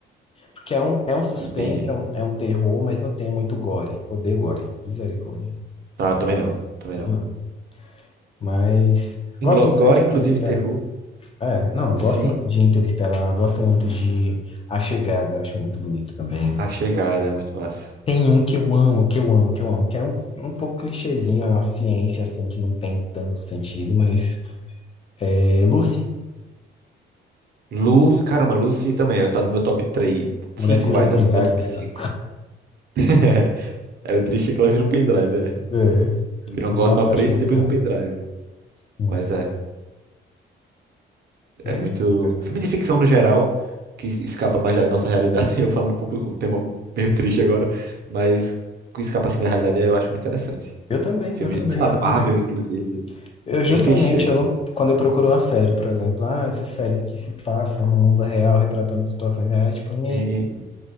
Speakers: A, on the left; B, on the right.
A: Porque é um, é um suspense,
B: Entendi.
A: é um, é um terror, mas não tem muito gore. Odeio gore. Misericórdia.
B: Ah, também não, também
A: Não.
B: não.
A: Mas
B: Inglo-
A: gosto muito
B: Agora,
A: de
B: inclusive,
A: Interestelar.
B: terror.
A: É, não,
B: Sim,
A: gosto muito de Interestelar, gosto muito de A Chegada, eu acho muito bonito também.
B: a chegada é muito massa.
A: Tem um que eu amo, que eu amo, que eu amo, que é um, um pouco clichêzinho, a ciência, assim, que não tem tanto sentido, mas é Lucy,
B: Lu, caramba, Lucy também, ela tá no meu top três 5
A: a mulher que vira
B: vai,
A: um pendrive
B: tá no meu top
A: no final.
B: cinco <laughs> É, o triste é que ela vira um pendrive, né?
A: É,
B: Vira uma
A: mas
B: gosma
A: nossa,
B: preta
A: eu acho muito
B: e depois
A: bom,
B: um pendrive.
A: muito.
B: Mas é,
A: E
B: é
A: é
B: muito.
A: isso, cara.
B: Filme de ficção no geral, que es- escapa mais da nossa realidade. <laughs> Eu falando um pouco o tema meio triste agora, mas que escapa assim da realidade eu acho muito interessante.
A: Eu também,
B: Filme,
A: eu também,
B: sei lá,
A: eu
B: da Marvel,
A: também.
B: inclusive,
A: Eu
B: bem
A: justamente,
B: clichê.
A: eu não, quando eu procuro uma série, por exemplo, ah, essas séries que se passam no mundo real, retratando situações reais,
B: Sim.
A: tipo, nhe,